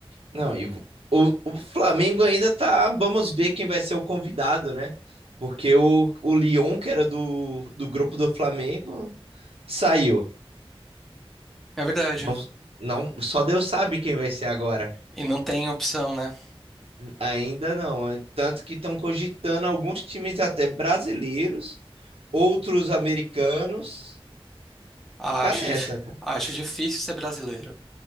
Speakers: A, on the right; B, in the centre.
A: Não, e vo- o, o Flamengo ainda tá. Vamos ver quem vai ser o convidado, né? Porque o, o Lyon, que era do, do grupo do Flamengo, saiu.
B: É verdade.
A: Não, não, só Deus sabe quem vai ser agora.
B: E não tem opção, né?
A: Ainda não. é Tanto que estão cogitando alguns times até brasileiros, outros americanos.
B: Acho,
A: Tá nessa,
B: dif-
A: né?
B: acho difícil ser brasileiro.